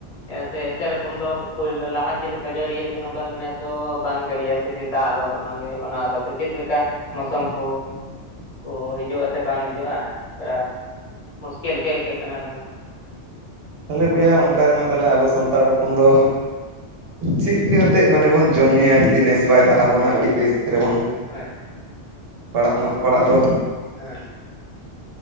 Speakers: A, on the left; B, on the right.
A: ᱮᱥᱮ ᱥᱮᱨᱚᱠᱚᱢ ᱫᱚ ᱯᱳᱭᱞᱳ ᱞᱟᱦᱟ ᱪᱮᱫ ᱞᱮᱠᱟ ᱡᱟᱹᱲᱤᱭᱮᱫ ᱛᱮᱦᱮᱸᱱᱟ ᱱᱚᱝᱠᱟ ᱱᱮᱥ ᱫᱚ ᱵᱟᱝ ᱡᱟᱹᱲᱤᱭᱟ ᱫᱟᱜ ᱟᱫᱚ ᱚᱱᱟᱜᱮ ᱚᱱᱟ ᱟᱫᱚ ᱛᱮ ᱪᱮᱫ ᱞᱮᱠᱟ ᱢᱳᱥᱚᱢ ᱠᱚ ᱠᱚ ᱦᱤᱡᱩᱜ ᱟᱥᱮ ᱵᱟᱝ ᱦᱤᱡᱩᱜᱼᱟ ᱛᱷᱚᱲᱟ ᱢᱩᱥᱠᱤᱞ ᱜᱮ ᱟᱹᱭᱠᱟᱹᱜ ᱠᱟᱱᱟ ᱟᱫᱚ
B: ᱛᱟᱦᱞᱮ ᱵᱩᱭᱟ
A: ᱦᱳᱭ
B: ᱚᱱᱠᱟ ᱨᱮᱢᱟ ᱛᱟᱦᱞᱮ ᱟᱵᱚ ᱥᱟᱱᱛᱟᱲ ᱦᱚᱯᱚᱱ ᱫᱚ ᱪᱮᱫ ᱠᱟ. ᱛᱮᱫ ᱢᱟᱱᱮ ᱵᱚᱱ ᱡᱚᱢ ᱧᱩᱭᱟ ᱡᱩᱫᱤ ᱱᱮᱥ ᱵᱟᱭ ᱫᱟᱜ ᱟᱵᱚᱱᱟ ᱟᱹᱰᱤ ᱵᱮᱪ ᱨᱮᱵᱚᱱ
A: ᱦᱳᱭ
B: ᱯᱟᱲᱟᱜ ᱢᱟᱜ ᱯᱟᱲᱟᱜ ᱫᱚ
A: ᱦᱮᱸ